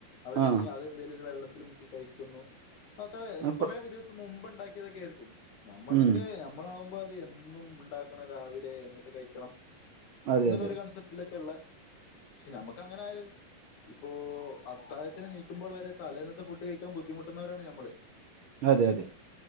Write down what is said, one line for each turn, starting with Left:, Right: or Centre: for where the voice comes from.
Left: അവരിഞ്ഞി
Right: ആ
Left: അതെന്തേലും ഒരു വെള്ളത്തിൽ മുക്കി കഴിക്കുന്നു. അത
Right: അപ്പ
Left: കൊറെ പുതിയ. മുമ്പ് ഇണ്ടാക്കിയതൊക്കെആയിരിക്കും. നമ്മൾക്ക്
Right: മ്മ്.
Left: നമ്മളാവുമ്പത്. എന്നും ഇണ്ടാക്കണം രാവിലെ എന്നിട്ട് കഴിക്കണം
Right: അതെ,
Left: എന്നുള്ള
Right: അതെ.
Left: ഒരു കൺസെപ്റ്റിലൊക്കെളെ. പക്ഷെ ഞമക്കങ്ങനെ അയാലും പ്പോ അത്താഴത്തിന് നീക്കുമ്പോൾ വരെ തലേന്നത്തെ ഫുഡ് കഴിക്കാൻ ബുദ്ധിമുട്ടുന്നവരാണ് ഞമ്മള്.
Right: അതെ അതെ.